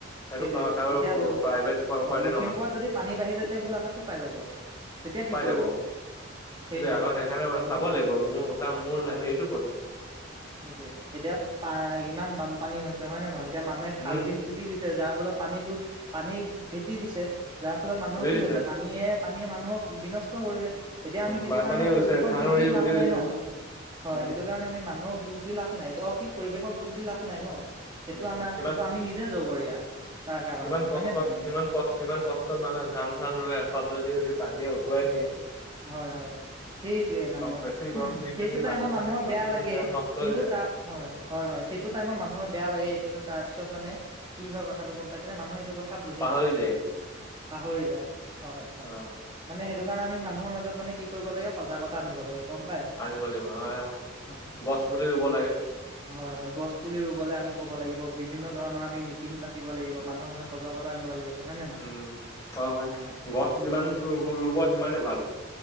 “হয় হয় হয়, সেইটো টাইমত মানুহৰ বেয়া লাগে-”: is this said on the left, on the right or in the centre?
Right